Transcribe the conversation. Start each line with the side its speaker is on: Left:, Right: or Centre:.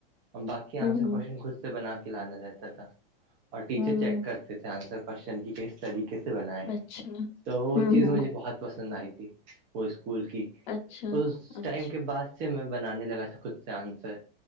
Right: اور باقی آنسر
Left: ہوں ہوں
Right: کوشن خود سے بنا کے لانا رہتا تھا اور ٹیچر
Left: ہوں
Right: چیک کرتے تھے آنسر کوشچن کی کس طریقے سے بنائے ہیں
Left: اچھا
Right: تو وہ
Left: ہوں
Right: چیز
Left: ہوں
Right: مجھے بہت پسند آئی تھی وہ اسکول کی
Left: اچھا
Right: اس
Left: اچھ
Right: بعد سے میں بنانے لگا تھا خود سے آنسر